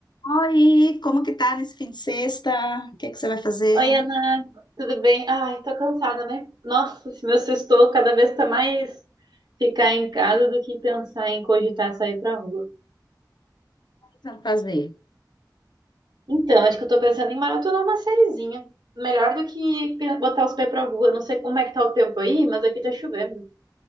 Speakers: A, on the left; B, on the right.
A: Oi, como que tá nesse fim de sexta? O que que você vai fazer?
B: Oi,
A: O
B: Ana, tudo bem? Ai, tô cansada, né? Nossa, esse meu sextou cada vez tá mais ficar em casa do que pensar em cogitar sair pra rua.
A: que você vai fazer?
B: Então, acho que eu tô pensando em maratonar uma sériezinha. Melhor do que pe- botar os pés pra rua. Não sei como é que tá o tempo aí, mas aqui tá chovendo.